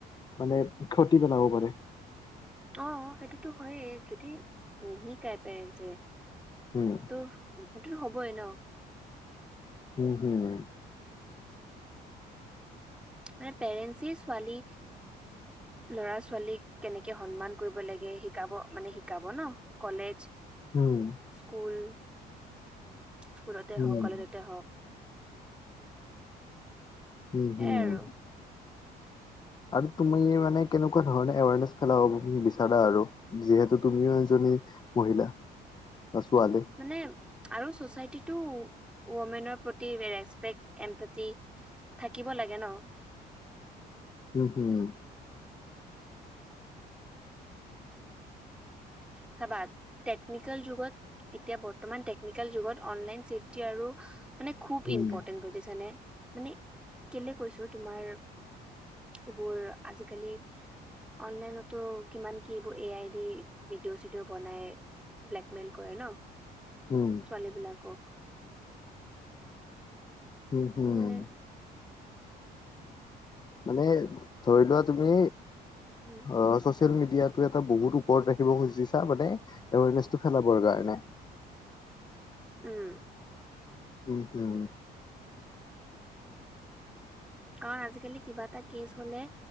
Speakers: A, on the left; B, in the centre.
A: মানে ক্ষতি পেলাব পাৰে।
B: অ সেইটোতো হয়ে যদি নিশিকাই পেৰেঞ্চে
A: উম।
B: তো সেইটোতো হ'বই ন'?
A: উম হুম।
B: মানে পেৰেঞ্চেই ছোৱালী ল'ৰা ছোৱালীক কেনেকে সন্মান কৰিব লাগে শিকাব মানে শি শিকাব নহ। কলেজ,
A: উম
B: স্কুল স্কুলতে
A: উম
B: হওঁক কলেজতে হওঁক।
A: উম
B: সেইয়াই
A: হুম।
B: আৰু
A: আৰু তুমি মানে কেনেকুৱা ধৰণে এৱাৰনেছ ফেলাব বিচাৰা আৰু? যিহেতু তুমিও এজনী মহিলা বা ছোৱালী।
B: মানে আৰু চচাইতিটো ওমেনৰ প্ৰতি ৰেচপেক্ট এমপথি থাকিব লাগে ন'?
A: উম হুম।
B: চাবা টেকনিকেল যুগত এতিয়া বৰ্তমান টেকনিকেল যুগত অনলাইন চেফটি আৰু মানে খুব
A: উম
B: ইম্পপৰ্টেণ্ট বুজিছানে মানে কেলে কৈছো তোমাৰ এইবোৰ আজি-কালি অনলাইনতো কিমান কি এইবোৰ এ আই ডি ভিডিঅ' চিডিঅ' বনাই ব্লেকমেইল কৰে ন।
A: উম'
B: ছোৱালী বিলাকক
A: উম হুম
B: মানে
A: মানে ধৰি লোৱা তুমি
B: হু
A: অ ছ'চিয়েল মিডিয়াটো এটা বহুত ওপৰত ৰাখিব খুজিছা মানে এৱেৰনেছটো ফেলাবৰ কাৰণে।
B: উম'।
A: উম হুম উম
B: কাৰণ আজি-কালি কিবা এটা কেছ হ'লে